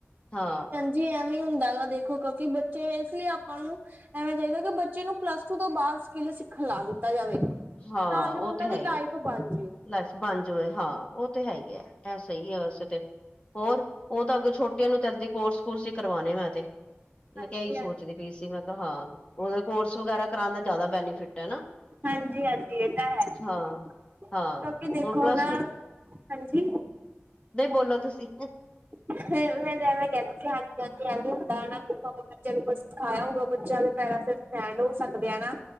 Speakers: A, on the left (about 25°); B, on the right (about 30°).
A: ਹਾਂ
B: ਜੀ ਐਵੇਂ ਈ ਹੁੰਦਾ ਵਾ ਦੇਖੋ, ਕਿਉਂਕਿ ਬੱਚੇ ਇਸ ਲਈ ਆਪਾਂ ਨੂੰ ਐਵੇਂ ਚਾਹੀਦਾ, ਕਿ ਬੱਚੇ ਨੂੰ ਪਲੱਸ ਟੂ ਤੋਂ ਬਾਅਦ ਸਕਿੱਲ ਸਿੱਖਣ ਲਾ ਦਿੱਤਾ ਜਾਵੇ ਤਾਂ
A: ਹਾਂ
B: ਜੋ
A: ਉਹ
B: ਉਹਨਾਂ
A: ਤੇ
B: ਦੀ
A: ਹੈ ਹੀ
B: ਲਾਈਫ
A: ਹੈ।
B: ਬਣ ਜਾਏ
A: ਲਾਈਫ ਬਣ ਜਾਵੇ, ਹਾਂ ਉਹ ਤੇ ਹੈ ਹੀ ਹੈ, ਇਹ ਸਹੀ ਹੈ ਵੈਸੇ ਤੇ ਹੋਰ ਉਹ ਤਾਂ ਅੱਗੋਂ ਛੋਟੇ ਨੂੰ ਤੇ ਏਦਾ ਈ ਕੋਰਸ ਕੂਰਸ ਹੀ ਕਰਵਾਉਣੇ ਮੈਂ ਤੇ,
B: ਹਾਂਜੀ-ਹਾਂਜੀ,
A: ਮੈਂ ਕਿਹਾ ਇਹੀ ਸੋਚਦੀ ਬੀ ਸੀ ਮੈਂ ਕਿਹਾ ਹਾਂ, ਉਹ ਕੋਰਸ ਵਗੈਰਾ ਕਰਾਉਣ ਦਾ ਜ਼ਿਆਦਾ ਬੈਨੀਫਿਟ ਹੈ ਨਾ
B: ਹਾਂਜੀ ਹਾਂਜੀ ਇਹ ਤਾਂ ਹੈ ਕਿਉਂਕਿ
A: ਹਾਂ ਹਾਂ
B: ਦੇਖੋ
A: ਹੁਣ ਪਲੱਸ
B: ਨਾ,
A: ਟੂ
B: ਹਾਂਜੀ
A: ਨਹੀਂ
B: <inaudible>
A: ਬੋਲੋ ਤੁਸੀਂ
B: ਮੈਂ ਤਾਂ ਐਵੇਂ ਕਹਿੰਦੀ ਸੀ, ਹਾਂਜੀ ਹਾਂਜੀ ਐਵੇਂ ਹੁੰਦਾ ਨਾਂ ਦੇਖੋ ਅਪਾ ਬਚਿਆ ਨੂੰ ਕੁੱਛ ਸਿਖਾਇਆ ਹੋਊਗਾ ਬੱਚੇ ਆਪਣੇ ਪੈਰਾਂ ਤੇ ਸਟੈਂਡ ਹੋ ਸਕਦੇ ਐ ਹੈਨਾ,